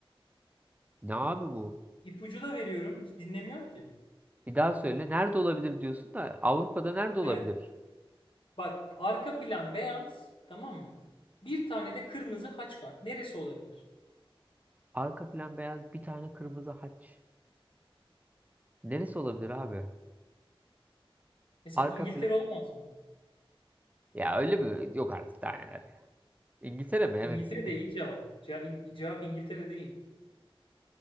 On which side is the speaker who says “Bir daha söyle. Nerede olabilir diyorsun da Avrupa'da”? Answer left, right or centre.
Right